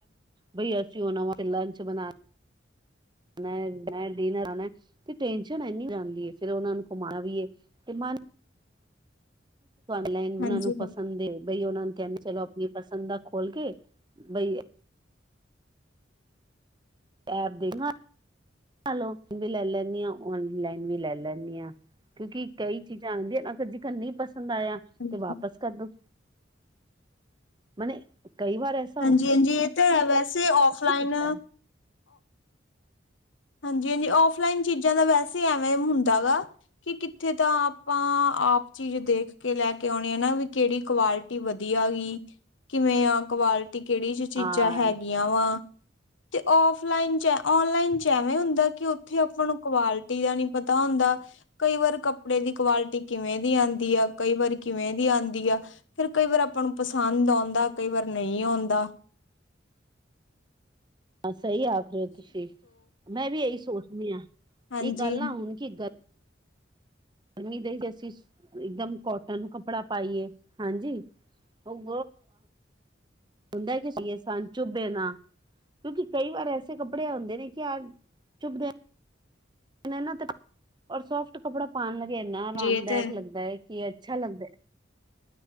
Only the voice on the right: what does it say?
ਬਈ ਤੁਸੀ ਉਹਨਾ ਵਾਸਤੇ ਲੰਚ ਬਣਾ
ਮੈਂ ਆ ਡਿਨਰ ਆ ਨਾ ਤੇ ਟੈਨਸ਼ਨ ਇੰਨੀ ਜਾਂਦੀ ਹੈ ਫਿਰ ਉਹਨਾਂ ਨੂੰ ਘੁਮਾ ਵੀਏ ਤੇ ਮਨ ਲਾਨ ਉਹਨਾਂ
ਨੂੰ ਪਸੰਦ <unintelligible> ਬਈ ਉਹਨਾ ਨੂੰ ਕਹਿੰਦੇ ਚਲੋ ਆਪਣੀ ਪਸੰਦ ਦਾ ਖੋਲ ਕੇ ਬਈ ਪਰ ਦੇਖਣਾ ਆਫ ਵੀ ਲੈ ਲੈਂਦੀ ਹਾਂ ਔਨਲਾਈਨ ਵੀ ਲੈ ਲੈਂਦੀ ਹਾਂ ਕਿਉਂਕਿ ਕਈ ਚੀਜ਼ਾਂ ਆਉਂਦੀਆਂ ਨਾ ਅਗਰ ਜੇਕਰ ਨਹੀਂ ਪਸੰਦ ਆਇਆ
ਤੇ ਵਾਪਸ ਕਰਦੋ ਮਨ ਕਈ ਵਾਰ ਐਸ
ਕੀਤਾ ਹੈ
ਹਾਂ
ਸਹੀ ਆਖ ਰਹੇ ਹੋ ਤੁਸੀਂ ਮੈਂ ਵੀ ਇਹੀ ਸੋਚਦੀ ਹਾਂ
ਇਹ ਗੱਲ ਨਾ ਹੁਣ ਕੀ ਗੱਲ ਗਰਮੀ ਦੇ ਹੀ ਅਸੀਂ ਇਕਦਮ ਕੋਟਨ ਕੱਪੜਾ ਪਾਈਏ ਹਾਂਜੀ ਉਹ ਹੁੰਦਾ ਸਾਨ ਚੁਬੇ ਨਾ ਕਿਉਂਕਿ ਕਈ ਵਾਰ ਐਸੇ ਕੱਪੜੇ ਆਉਂਦੇ ਨੇ ਕਿ ਯ ਚੁੱਬਦੇ ਨਾ ਤੇ ਔਰ ਸੋਫਟ ਕੱਪੜਾ ਪਾਉਣ ਲਗੇ ਇੰਨਾ ਆਰਾਮਦਾਇਕ
ਲੱਗਦਾ ਹੈ ਕਿ ਅੱਛਾ ਲੱਗਦਾ